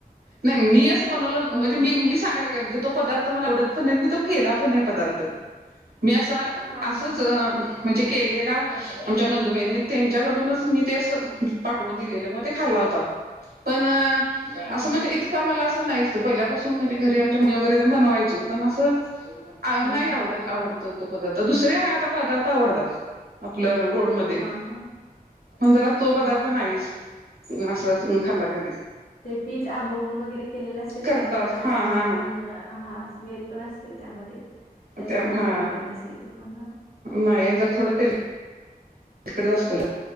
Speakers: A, on the right; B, on the left.
A: नाही मी असं बनवलं
B: हो,
A: म्हणजे
B: हो.
A: मी मी सांगायले काय म्हणजे- तो पदार्थ मला आवडत पण नाही. आणि मी तो केला पण नाही पदार्थ. मी असा
B: हां,
A: असंच-
B: हां, हां.
A: म्हणजे केलेला. आमच्या नंदुबाईनी. त्यांच्याकडूनच मी ते असं पाठवून दिलेलं मग ते खाला होता. पण
B: हां,
A: असं म्हणजे
B: हां.
A: इतकं- मला असं नाहीच. पहिल्यापासून म्हणजे घरी आमच्या मम्मी वगैरे बनवायची. पण असं-
B: हं,
A: नाही
B: हं.
A: आवड आवडतो तो पदार्थ दुसरे आता पदार्थ आवडतात. आपल्या गोडमध्ये
B: हां, हां,
A: मगं जरा तो
B: हां.
A: पदार्थ नाहीच असं खाल्ला कधी.
B: ते पीठ आंबवून वगैरे केलेलं असते
A: करतात
B: त्यामुळे जरा
A: हा
B: स्मेल
A: हा हा
B: पण स्मेल पण असते त्यामध्ये. त्याच्यामुळे
A: त्या हा
B: पण आवडत नसेल तुम्हाला.
A: नाही जर थोडं ते खटच असतो.